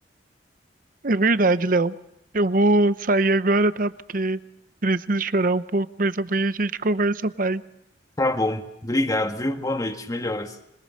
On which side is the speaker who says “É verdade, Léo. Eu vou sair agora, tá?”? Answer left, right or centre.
Right